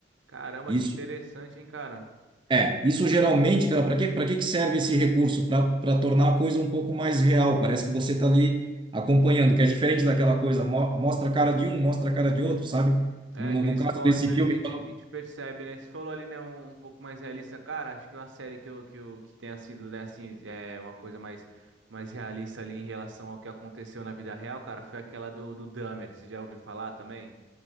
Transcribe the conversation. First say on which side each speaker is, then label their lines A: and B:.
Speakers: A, on the right (about 75°); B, on the right (about 25°).
A: Caramba,
B: Isso
A: que interessante, hein, cara.
B: É, isso geralmente, cara, para quê? Para que que serve esse recurso? Para tornar a coisa um pouco mais real. Parece que você está ali acompanhando, que é diferente daquela coisa, mo- mostra a cara de um, mostra a cara de outro, sabe?
A: É,
B: No,
A: aqueles
B: no no caso
A: cortes
B: desse
A: ali
B: filme,
A: que a gente,
B: quando-
A: que a gente percebe, né? Você falou ali, né, um, um pouco mais realista. Cara, acho que uma série que, eu, que, eu, que tenha sido, né, assim, é uma coisa mais, mais realista ali em relação ao que aconteceu na vida real, cara, foi aquela do, do Dahmer. Você já ouviu falar também?